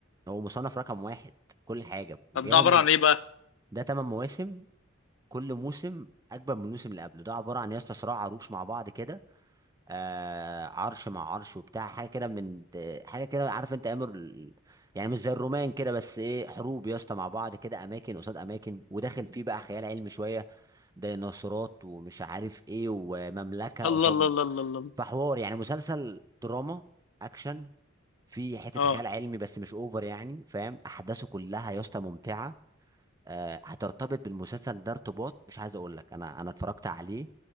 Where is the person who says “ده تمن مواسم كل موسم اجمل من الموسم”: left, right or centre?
Right